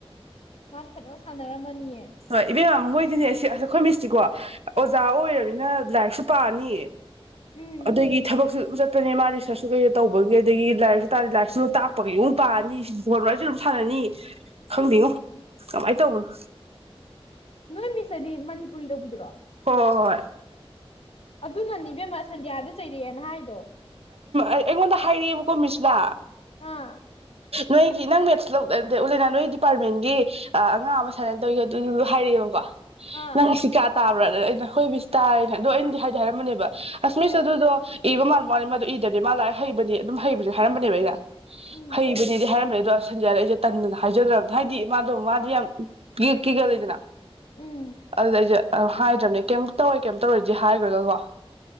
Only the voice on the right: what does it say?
ꯍꯣꯏ ꯏꯕꯦꯝꯃ ꯃꯣꯏꯗꯤꯅꯦ ꯑꯁ ꯑꯩꯈꯣꯏ ꯃꯤꯁꯇꯤꯀꯣ ꯑꯣꯖꯥ ꯑꯣꯏꯔꯝꯅꯤꯅ ꯂꯥꯏꯔꯤꯛꯁꯨ ꯄꯥꯅꯤ
ꯑꯗꯨꯒꯤ ꯊꯕꯛ ꯆꯠꯄꯅꯦ ꯃꯥ ꯔꯤꯁꯔꯁꯁꯨ ꯀꯩ ꯇꯧꯕꯒꯤ ꯑꯗꯒꯤ ꯂꯥꯏꯔꯤꯛꯁꯨ ꯇꯥꯔꯦ ꯂꯥꯏꯔꯤꯛꯁꯨ ꯇꯥꯛꯄꯒꯤ ꯑꯃꯨꯛ ꯄꯥꯅꯤ ꯁꯤ ꯕꯣꯟꯋꯥꯢꯁꯨ ꯑꯗꯨꯝ ꯁꯥꯟꯅꯅꯤ ꯈꯪꯗꯦꯉꯣ
ꯀꯃꯥꯏ ꯇꯧꯕꯅꯣ
ꯍꯣꯏ
ꯑꯩꯉꯣꯟꯗ ꯍꯥꯏꯔꯛꯑꯦꯕꯀꯣ ꯃꯤꯁꯅ
ꯅꯣꯏꯒꯤ ꯅꯪ ꯃꯦꯠꯁ ꯎꯂꯦꯅꯥ ꯅꯣꯏꯒꯤ ꯗꯤꯄꯥꯔꯠꯃꯦꯟꯒꯤ ꯑ ꯑꯉꯥꯡ ꯑꯃ ꯁꯨꯃꯥꯏꯅ ꯇꯧꯝ <unintelligible> ꯑꯗꯨꯗꯨ ꯍꯥꯏꯔꯛꯑꯦꯕꯀꯣ
ꯅꯪ ꯁꯤ ꯀꯥ ꯇꯥꯕ꯭ꯔꯥꯅ ꯑ ꯍꯣꯏ ꯇꯥꯏꯅ ꯑꯗꯣ ꯑꯩꯅꯗꯤ ꯍꯥꯏꯗꯤ ꯍꯥꯏꯔꯝꯝꯕꯅꯦꯕ ꯑꯁ ꯃꯤꯁ
ꯑꯗꯨꯗꯣ ꯏꯕ ꯃꯥꯜꯕ ꯋꯥꯅꯤ ꯃꯗꯨ ꯏꯗꯗꯤ ꯃꯥ ꯂꯥꯛꯔꯤꯛ ꯍꯩꯕꯅꯤ ꯑꯗꯨꯝ ꯍꯩꯕꯁꯦ ꯍꯥꯏꯔꯝꯕꯅꯦꯕ ꯑꯩꯅ
ꯍꯩꯕꯅꯦꯗꯤ ꯍꯥꯏꯔꯝꯕꯅꯦꯗꯣ ꯁꯟꯗ꯭ꯌꯥ ꯑꯩꯁꯦ ꯇꯟꯗꯅ ꯍꯥꯏꯖꯗ꯭ꯔꯅꯤ ꯍꯥꯏꯗꯤ ꯃꯥꯗꯣ ꯃꯥꯗꯤ ꯌꯥꯝ ꯀ ꯀꯤꯒꯜꯂꯤꯗꯅ
ꯑꯗꯨꯗ ꯑꯩꯁꯦ ꯍꯥꯏꯗ꯭ꯔꯕꯅꯦ ꯀꯩꯝ ꯇꯧꯔꯣꯏ ꯀꯩꯝ ꯇꯧꯔꯣꯏꯗꯤ ꯍꯥꯏꯈ꯭ꯔꯒꯀꯣ